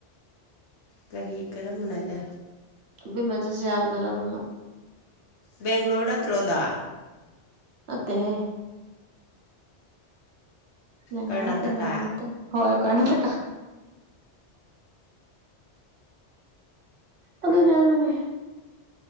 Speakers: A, on the left; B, on the right.
A: ꯀꯔꯤ ꯀꯔꯝꯕ ꯅꯣ ꯍꯥꯏꯖꯦ
B: ꯑꯕꯦꯝꯝꯥ ꯆꯠꯁꯤ ꯍꯥꯏꯕꯗꯣ ꯅꯃ ꯑꯃ
A: ꯕꯦꯡꯒ꯭ꯂꯣꯔ ꯅꯠꯇ꯭ꯔꯣ ꯑꯗꯣ
B: ꯅꯠꯇꯦꯍꯦ ꯃꯦꯡꯒ꯭ꯂꯣꯔ
A: ꯀꯔꯅꯥꯇꯀꯥ
B: ꯅꯠꯇꯦ ꯃꯦꯡꯒ꯭ꯣꯔ ꯍꯣꯏ <unintelligible> ꯑꯗꯨꯅꯤ ꯑꯗꯨꯅꯤ